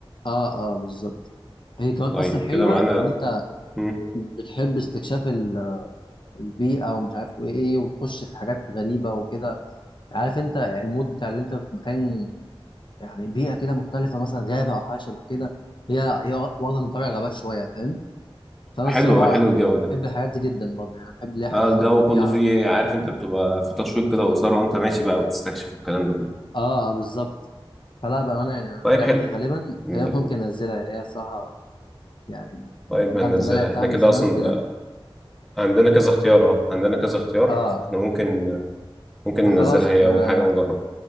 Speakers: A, on the left (about 55°); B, in the centre.
A: اه اه بالظبط هي كمان
B: طيب
A: اصلا حلوه
B: كده معانا
A: لو انت
B: مم.
A: بتحب استكشاف ال- البيئه ومش عارف ايه ايه وتخش في حاجات غريبه وكده عارف انت المود بتاع اللي انت في مكان يعني بيئه كده مختلفه مثلا غابه او حاجه شبه كده هي هي واخده من طابع الغابات شويه فاهم فانا
B: حلو
A: الصراحه
B: آه، حلو الجو ده
A: بحب الحاجات دي جدا برضه يعني بحب اللي هي حاجات
B: اه
A: فيها
B: الجو
A: الطبيعه
B: كله فيه عارف انت بتبقى في تشويق كده وإثارة وانت ماشي بقى وبتستكشف الكلام ده كله
A: اه آه، بالظبط فلا بامانه يعني
B: طيب
A: اللعبه
B: حلو
A: دي غالبا
B: هن-
A: غالبا ممكن انزلها يعني هي الصراحه يعني
B: طيب
A: جامده
B: هننزلها
A: انا لعبتها
B: احنا
A: من
B: كده
A: زمان
B: اصلا
A: وكده
B: عندنا كذا اختيار اه عندنا كذا اختيار
A: اه
B: فاحنا ممكن ممكن ننزلها
A: فخلاص
B: هي
A: آه،
B: اول حاجة ونجربها